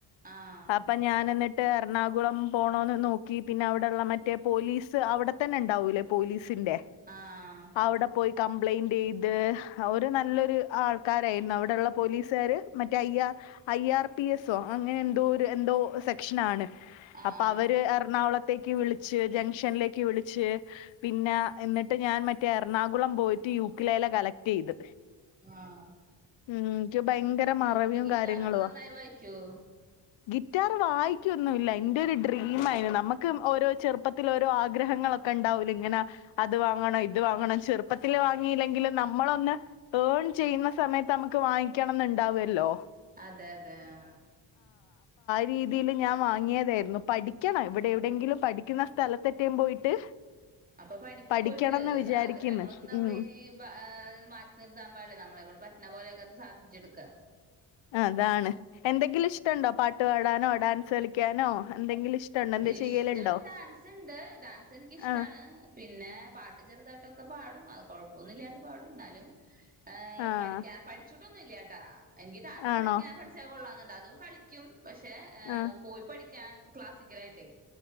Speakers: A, on the right; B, on the left.
A: ആഹ്
B: അപ്പം ഞാൻ എന്നിട്ട് എർണാകുളം പോണോന്ന് നോക്കി പിന്നെ അവിട്ള്ള മറ്റേ പോലീസ് സ് അവിടെത്തന്നെ ണ്ടാവൂലേ പോലീ സിന്റെ
A: ആഹ്
B: അവ്ടെ പോയി കംപ്ലയിന്റ്യ്ത് അവര് നല്ലൊരു ആൾക്കാരാരെര്ന്നു അവ്ടെള്ള പോലീസുകാര് മറ്റേ ഇ യാ ഐ ആർ പി എസ്സോ അങ്ങനെ എന്തോ ഒര് എന്തോ സെക്ഷനാണ്
A: ആഹ്
B: അപ്പൊ അവര് എർണാകുള ത്തേക്ക് വിളിച്ച് ജം ഷനിലേക്ക് വിളിച്ച് പിന്നെ എന്നിട്ട് ഞാൻ മറ്റേ എർണാകുളം പോയിട്ട് യുക്ക്‌ലേല കളക്ട് ചെയ്ത്
A: ആഹ്
B: ഉം എനിക്ക് ഭയങ്കര മറവിയും
A: അപ്പ ഗിത്താറൊക്കെ
B: കാര്യങ്ങളുവാ
A: നന്നായി വയിക്കോ
B: ഗിറ്റാർ വായിക്കൊന്നുഇല്ല ഇന്റെ ഒരു ഡ്രീം ആയിര്ന്ന് നമ്മക്ക് ഓരോ ചെറുപ്പ ത്തിലൊരൊ ആഗ്രഹങ്ങളൊക്കെ ണ്ടാവൂലെ ഇങ്ങനെ അത് വാങ്ങണം ഇത് വാങ്ങണം ചെറുപ്പത്തില് വാങ്ങിയില്ലെങ്കിലും നമ്മളൊന്ന് ഏൺ ചെയ്യുന്ന സമയത്ത് നമ്മക്ക് വാങ്ങിക്കണംന്ന് ണ്ടാവ് ല്ലൊ
A: അതെ അതെ ആ
B: രീതില് ഞാൻ വാങ്ങിയതാരുന്നു പഠിക്കണം ഇവിടെ എവിടെയെങ്കിലും പഠിക്കുന്ന സ്ഥലത്തെറ്റം പോയിട്ട്
A: അപ്പൊ പഠിക്ക്
B: പഠിക്കണംന്ന്
A: പോയിട്ട്
B: വിചാരിക്കുന്നു
A: ആഗ്രഹങ്ങളൊന്നും നമ്മളിനി
B: ഉം
A: ബ മാറ്റി നിർത്താൻ പാടില്ല നമ്മളെണ്ട് പ എന്ന പോലെയൊക്കെ അത് സാധിച്ചെടുക്ക
B: അതാണ് എന്തെങ്കിലും ഇഷ് ഇഷ്ട്ട്ണ്ടൊ പാട്ട് പാടാനോ ഡാൻസ് കളിക്കാനോ എന്തെങ്കിലും ഇഷ്ടണ്ടോ എന്താ
A: ഇഷ്ട്ടം
B: ചെയ്യലുണ്ടോ
A: ഡാൻസ് ഇണ്ട് ഡാൻസ് എനിക്ക്‌ ഇഷ്ട്ടാണ്
B: ആഹ്
A: പിന്നെ പാട്ട് ചെറുതായിട്ടൊക്കെ പാടും അത് കൊഴപ്പൊന്നും ഇല്ലാണ്ട് പാടും ന്നാലും ഏ
B: ആഹ്
A: പഠിക്കാ പഠിച്ചിട്ടൊന്നുംഇല്ല്യാ ട്ട എനിക്ക് ഡാൻസ്
B: ആണോ
A: പഠിക്കാൻ പഠിച്ചാ കൊള്ളാന്ന് ദതും കളിക്കും പഷേ
B: ആഹ്
A: പോയി പഠി ക്ക്യാൻ ക്ല സിക്കലായിട്ടെ